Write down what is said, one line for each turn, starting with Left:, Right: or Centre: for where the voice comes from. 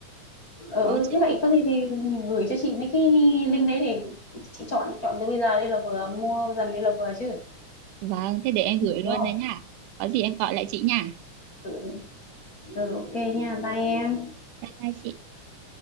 Left: ừ
Right: có
Left: ừ,
Right: chứ
Left: thế vậy có gì thì gửi cho chị mấy cái link đấy để chị chọn chọn từ bây giờ đi là vừa mua dần đi là vừa chứ
Right: vâng thế để em gửi luôn
Left: đúng không
Right: đây nhá có gì em gọi lại chị nha
Left: ừ, ừ ok nha bye em
Right: bye bye chị